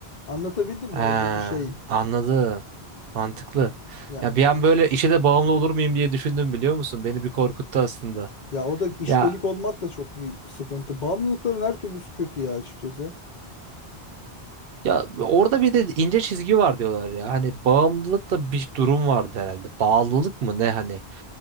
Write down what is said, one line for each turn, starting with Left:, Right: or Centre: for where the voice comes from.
Left: Anlatabildim
Right: Ha,
Left: mi oradaki şey?
Right: anladım. Mantıklı.
Left: Ya
Right: Ya bir an böyle işe de bağımlı olur muyum diye düşündüm biliyor musun? Beni bir korkuttu aslında.
Left: ya o da işkolik
Right: Ya
Left: olmak da çok bir sıkıntı. Bağımlılıkların her türlüsü kötü ya açıkçası.
Right: ya orada bir de ince çizgi var diyorlar ya. Hani bağımlılık da bir durum vardı herhalde. Bağlılık mı ne hani?